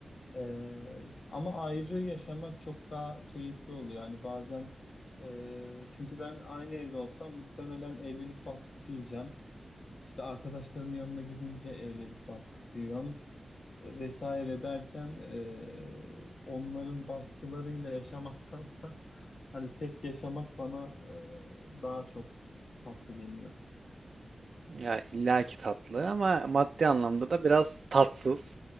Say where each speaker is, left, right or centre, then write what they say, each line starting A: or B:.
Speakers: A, on the left (about 65°); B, on the right (about 60°).
A: Ee, ama ayrı yaşamak çok daha keyifli oluyor. Yani bazen e, çünkü ben aynı evde olsam muhtemelen evlilik baskısı yiyeceğim. İşte arkadaşlarımın yanına gidince evlilik baskısı yiyorum vesaire derken e, onların baskılarıyla yaşamaktansa <laughs> hani tek yaşamak bana e, daha çok tatlı geliyor.
B: Ya illaki tatlı ama maddi anlamda da biraz tatsız.